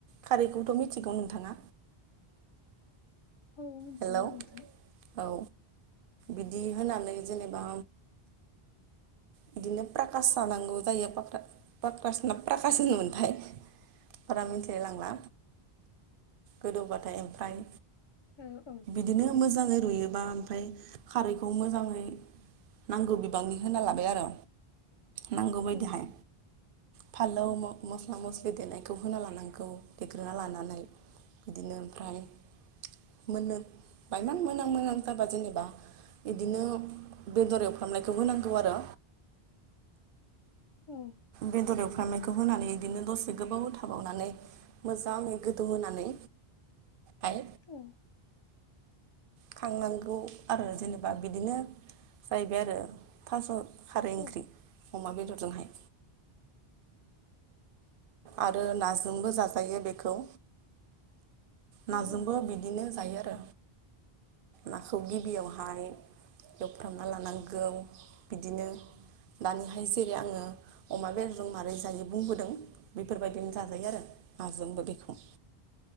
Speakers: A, on the right (about 65°); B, on the left (about 30°).
A: खारैखौथ' मिथिगौ नोंथाङा
B: औ मिथिगौ
A: हेलौ
B: नोंथां
A: औ बिदि होनानै जेनेबा बिदिनो प्राकास सानांगौ जायो पाक्रा पाक्रास ना प्राकास होनोमोनथाय बारा मिथिलाय लांला गोदौबाथाय ओमफ्राय
B: ओ औ
A: दिनो मोजाङै रुयोबा ओमफाय खारैखौ मोजाङै नांगौ बिबांनि होना लाबाय आर नांगौ बायदिहाय
B: औ
A: फालौ
B: औ
A: म-मस्ला मस्लि देनायखौ होना लानां गौ देग्रोना लानानै बिदिनो ओमफ्राय मोननो बायमान मोनां मोनां जाबा जेनेबा इदिनो बेदर एवफ्रामनायखौ होनांगौ आरो
B: उम
A: बेदर एवफ्रामनायखौ होनानै इदिनो दसे गोबाव थाबावनानै मोजाङै गोदौहोनानै हाय
B: उम
A: खांनांगौ आरो जेनेबा बिदिनो जाहैबाय आरो। थास' खारै ओंख्रि
B: औ
A: अमा बेदरजोंहाय। आरो नाजोंबो जाजायो बेखौ नाजोंबो
B: औ औ
A: बिदिनो जायो आरो नाखौ गिबियावहाय एवफ्रामना लानांगौ बिदिनो दानिहाय जेरै आङो अमा बेदरजों मारै जायो बुंबोदों बिफोरबायदिनो जाजायो आरो नाजोंबो बिखौ